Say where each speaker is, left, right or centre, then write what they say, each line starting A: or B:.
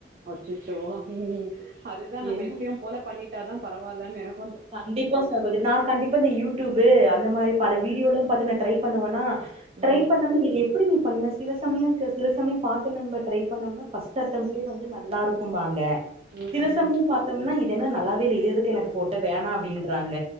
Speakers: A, on the right; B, on the right.
A: அச்சச்சோ ம் அதுதா நம்ம
B: என்ன
A: எப்பயு போல பண்ணிட்டாதா ப பரவாலனு எனக்
B: கண்டிப்பா சகோதரி நா கண்டிப் ப்ப இந்த யூ டியூப்பு அந்த மாரி பல வீடியோலாம் பாத்து நா ட்ரை பண்ணுவேனா ட்ரை
A: ம்.
B: பண்ணாம இது எப்டி நீ பண்ண சில சமய ச சில சமய பாத்து நம்ம ட்ரை பண்ணம்னா ஃபர்ஸ்ட் அட்டம்ப்ட்லயே வந்து நல்லா இருக்கும்பாங்க
A: ம்,
B: சில சமயம்
A: ம்.
B: பாத்தோம்னா இது என்ன நல்லாவே இல்லை இது எதுக்கு எனக்கு போட் வேணா அப்படின்றாங்க